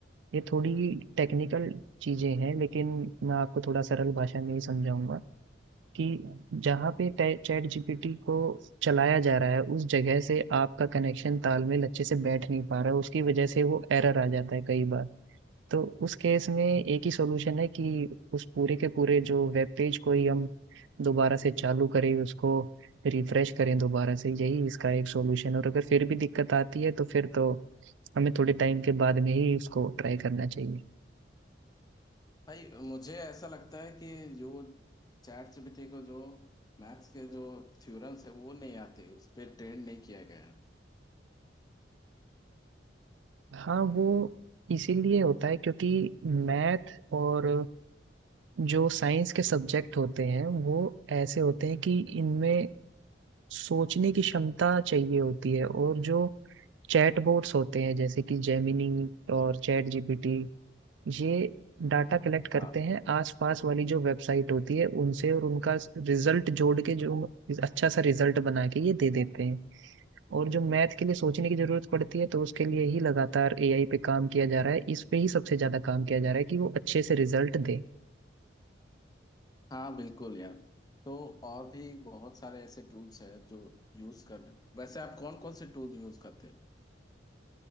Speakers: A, on the right; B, on the left.
A: ये थोड़ी टेक्निकल चीजें हैं लेकिन मैं आपको थोड़ा सरल भाषा में ही समझाऊंगा कि जहाँ पे चैट जीपीटी को चलाया जा रहा है उस जगह से आपका कनेक्शन तालमेल अच्छे से बैठ नहीं पा रहा है उसकी वजह से वो एरर आ जाता है कई बार तो उस केस में एक ही सॉल्यूशन है कि उस पूरे के पूरे जो वेब पेज को ही हम दोबारा से चालू करें उसको रिफ्रेश करें दोबारा से यही इसका एक सॉल्यूशन है और अगर फिर भी दिक्कत आती है तो फिर तो हमें थोड़े टाइम के बाद में ही उसको ट्राई करना चाहिए
B: भाई मुझे ऐसा लगता है कि जो चैट जीपीटी को जो मैथ्स के जो थ्योरम्स है वो नहीं आते उस पर ट्रेन नहीं किया गया
A: हाँ वो इसीलिए होता है क्योंकि मैथ और जो साइंस के सब्जेक्ट होते हैं वो ऐसे होते हैं कि इनमें सोचने की क्षमता चाहिए होती है और जो चैट बोट्स होते हैं जैसे कि जेमिनी और चैट जीपीटी ये डाटा कलेक्ट करते
B: हाँ
A: हैं आसपास वाली जो वेबसाइट होती है उनसे और उनका रिजल्ट जोड़ के जो अच्छा सा रिजल्ट बना के ये दे देते हैं और जो मैथ के लिए सोचने की जरूरत पड़ती है तो उसके लिए ही लगातार एआई पे काम किया जा रहा है इस पे ही सबसे ज्यादा काम किया जा रहा है कि वो अच्छे से रिजल्ट दे
B: हाँ बिल्कुल यार तो और भी बहुत सारे ऐसे टूल्स हैं जो यूज कर रहे हैं वैसे आप कौन कौन से टूल्स यूज करते हैं